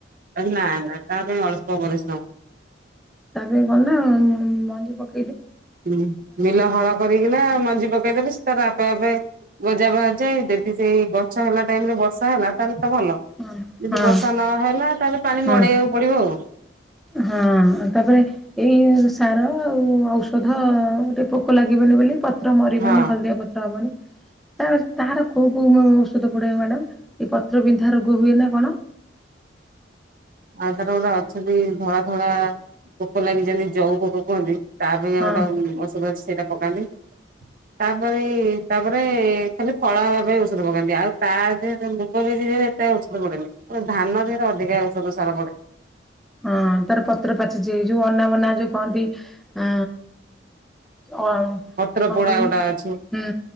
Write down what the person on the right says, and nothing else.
ନା ନା ତା ପାଇଁ ଅଳ୍ପ ପରିଶ୍ରମ।
ହୁଁ ବିଲ ହଳ କରିକିନା ମଞ୍ଜି ପକେଇଦେବେ ସେ ତାର ଆପେ ଆପେ ଗଜା ବାହାରି ଯାଏ ଯଦି ସେଇ ଗଛ ହେଲା ଟାଇମ ରେ ବର୍ଷା ହେଲା ତାହେଲେ ତ ଭଲ
ଯଦି
ବର୍ଷା ନହେଲା ତାହେଲେ ପାଣି
ମଡେଇବାକୁ ପଡିବ ଆଉ।
ହଁ
ଆଧାର ଗୁରା ଅଛନ୍ତି ଧଳା ଧଳା ପୋକ ଲାଗିଯାନ୍ତି ଜଉ ପୋକ କୁହନ୍ତି। ତା ପାଇଁ
ଆଉ ଗୋଟେ ଉଁ ଔଷଧ ଅଛି ସେଇଟା ପକାନ୍ତି। ତାପରେ ତାପରେ ଖାଲି ଫଳ ହବା ପାଇଁ ଔଷଧ ପକାନ୍ତି ଆଉ ତା ଦେହରେ ମୁଗ ବିରି ରେ ଏତେ ଔଷଧ ପଡେନି କିନ୍ତୁ ଧାନ ଦେହରେ ଅଧିକା ଔଷଧ ସାର ପଡେ।
ପତ୍ର
ପୋଡା
ଗୋଟା ଅଛି